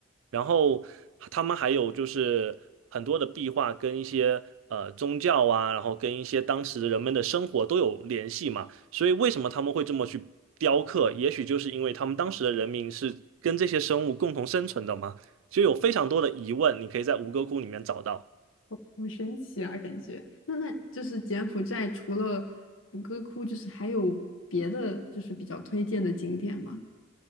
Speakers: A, on the right; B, on the left.
A: 然后他们还有就是很多的壁画跟一些呃宗教啊，然后跟一些当时的人们的生活都有联系嘛。所以为什么他们会这么去雕刻？也许就是因为他们当时的人民是跟这些生物共同生存的嘛，就有非常多的疑问，你可以在吴哥窟里面找到。
B: 好神奇啊，感觉。那那就是柬埔寨除了吴哥窟，就是还有别的就是比较推荐的景点吗？